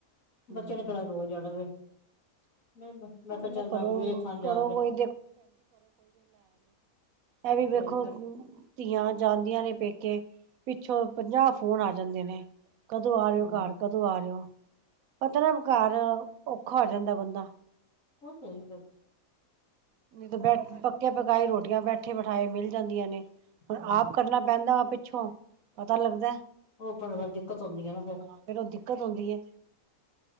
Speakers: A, on the right; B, on the left.
A: ਹੂੰ-ਹੂੰ।
B: ਬੱਚਿਆਂ ਨੇ ਕਿਹੜਾ ਰੋਜ ਆਣਾ ਵੇ। ਨਹੀਂ ਮੈਂ
A: ਇਹ
B: ਕਿਹਾ
A: ਵੀ ਨਾ
B: ਚੱਲ
A: ਕਰੋ।
B: ਵੇਖ ਆ ਜਾ ਕੇ
A: ਇਹ
B: ਉਹ
A: ਵੀ ਵੇਖੋ
B: ਤੇ ਹੈ ਹੀ ਫੇਰ
A: ਧੀਆਂ ਜਾਂਦੀਆਂ ਨੇ ਪੇਕ ਕੇ ਪਿੱਛੋਂ ਪੰਜਾਹ ਫੋਨ ਆ ਜਾਂਦੇ ਨੇ ਕਦੋਂ ਆ ਰਿਓ
B: ਹੂੰ
A: ਘਰ ਕਦੋਂ ਆ ਰਿਓ। ਪਤਾ ਨਾ ਘਾਰ ਔਖਾ ਹੋ ਜਾਂਦਾ ਬੰਦਾ
B: ਹੋ ਸਹੀ ਫਿਰ
A: ਦੁਪਹਿਰ ਪੱਕੇ ਪਕਾਈ ਰੋਟੀਆਂ ਬੈਠੇ ਬਿਠਾਏ ਮਿਲ ਜਾਂਦੀਆਂ ਨੇ।
B: ਹੂੰ
A: ਹੁਣ ਆਪ ਕਰਨਾ ਪੈਂਦਾ ਵਾ ਪਿੱਛੋਂ ਪਤਾ ਲੱਗਦਾ।
B: ਉਹ ਪਰ ਫੇਰ ਦਿੱਕਤ ਹੁੰਦੀ ਆ ਨਾ ਫੇਰ
A: ਹਾਂ ਫਿਰ ਉਹ ਦਿੱਕਤ ਹੁੰਦੀ ਏ।